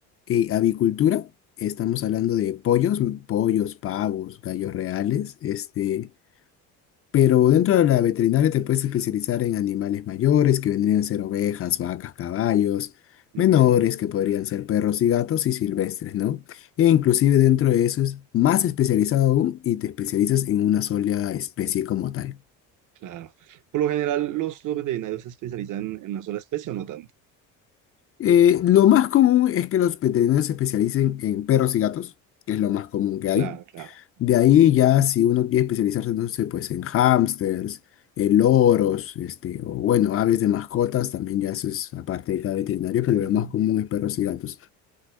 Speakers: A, on the left (about 35°); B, on the right (about 55°).
A: eh, avicultura. Estamos hablando de pollos, m- pollos, pavos, gallos reales, este, pero dentro de la veterinaria te puedes especializar en animales mayores, que vendrían a ser ovejas, vacas, caballos,
B: Ok,
A: menores, que podrían ser perros y gatos y silvestres, ¿no? E inclusive dentro de eso es más especializado aún y te especializas en una sola especie como tal.
B: claro. Por lo general los, los veterinarios se especializan en, en una sola especie o no tanto.
A: Eh, lo más común es que los veterinarios se especialicen en perros y gatos, que es lo más común que
B: Claro,
A: hay.
B: claro.
A: De ahí ya si uno quiere especializarse, no sé, pues en hámsters, en loros, este, o bueno, aves de mascotas, también ya eso es aparte de cada veterinario, pero
B: Ujú.
A: lo más común es perros y gatos.